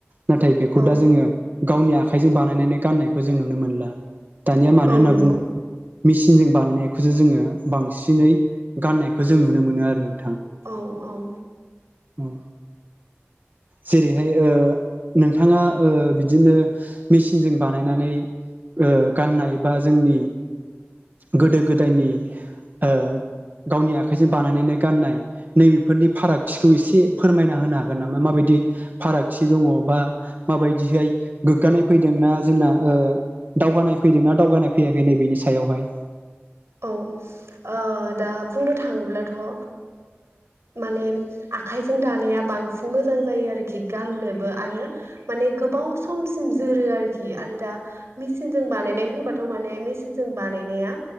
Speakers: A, on the right; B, on the right.
A: नाथाय बेखौ
B: औ
A: दा जोङो । गावनि आखाइजों बानायनानै गाननायखौ जों नुनो मोनला दानिया मानो
B: औ
A: होनना
B: नंगौ
A: बुङ मेसिनजों बानायनायखौसो जोङो बांसिनै गाननायखौ जों नुनो मोनो आरो ।
B: औ औ
A: अ जेरैहाय ओ नोंथाङा ओ बि बिदिनो मेचिनजों बानायनानै ओ गाननाय बा जोंनि गोदो गोदायनि ओ गावनि आखाइजों बानायनाय गाननाय नैबेफोरनि फारागथिखौ एसे फोरमायना होनो हागोन नामा माबायदि? दि फारागथि दङ बा माबायदिहाय गोग्गानाय फैदोंना जोंना ओ दावगानाय फैदोंना दावगानाय फैयाखै नैबेनि सायावहाय?
B: औ। ओ दा बुंनो थाङोब्लाथ' ओ माने आखाइजों दानाया बांसिन मोजां जायो आरोखि गाननोबो आरो माने गोबाव समसिम जोरो आरो। आरोखि आरो दा मेचिनजों बानायनाय होनबाथ' माने मेचिनजों बानायनाया